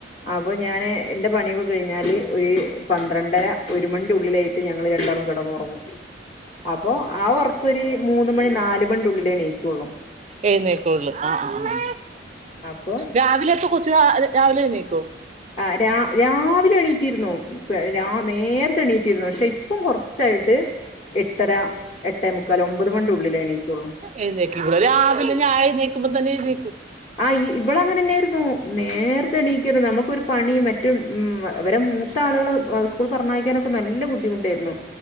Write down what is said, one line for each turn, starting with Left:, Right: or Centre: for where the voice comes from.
Left: അപ്പ ഞാന് എന്റെ പണിയൊക്കെ കഴിഞ്ഞാല് ഒര് പന്ത്രണ്ടെര ഒര് മണിന്റെ ഉള്ളിലേയ് ട്ട് ഞങ്ങള് രണ്ടാളും കെടെന്നാെറങ്ങും അപ്പൊ ആ ഒർക്കൊര് മൂന്ന് മണി നാല് മണിന്റെ ഉള്ളിലേണീക്ക്യാെള്ളൂ
Right: എഴ്‌ന്നേൽക്കൊള്ള് ആഹ്
Left: അപ്പൊ
Right: രാവിലെ എപ്പൊ കൊച്ച് രാ രാവിലെ എഴ്‌ന്നേക്കോ
Left: ആഹ് രാ രാവിലെ എണീറ്റിര്ന്നും പെ രാ നേര്ത്തെ എണീറ്റിര്ന്നു പക്ഷെ ഇപ്പം കൊർച്ചായിട്ട് എട്ടെര എട്ടേ മുക്കാൽ ഒമ്പത് മണിന്റെ ഉള്ളിലേ എണീക്ക്യൊള്ളൂ
Right: എഴ്‌ന്നേക്കും ഇവര് രാവിലെ ഞാ എഴ്‌ന്നേക്കുമ്പം തന്നെ എഴ്‌ന്നേക്കും
Left: ആഹ് ഇ ഇവള് അങ്ങനെന്നേര്ന്നു നേർത്തെ എണീക്കേര്ന്ന് നമുക്കൊരു പണിം മെറ്റും ഉം വ വെരെ മൂ ത്താള്‌ള് എ സ്കൂൾ പർഞ്ഞയ്ക്കാനൊക്കെ നല്ല ബുദ്ധിമുട്ടേര്ന്നു